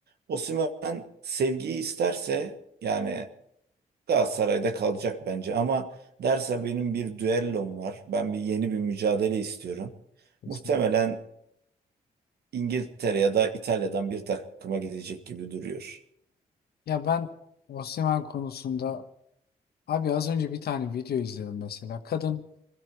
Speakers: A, on the right; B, on the left.
A: Osimhen sevgiyi isterse yani Galatasaray'da kalacak bence ama derse benim bir düellom var. Ben bir yeni bir mücadele istiyorum.
B: kesin.
A: Muhtemelen İngiltere ya da İtalya'dan bir takıma gidecek gibi duruyor.
B: Ya ben Osimhen konusunda abi az önce bir tane video izledim mesela. Kadın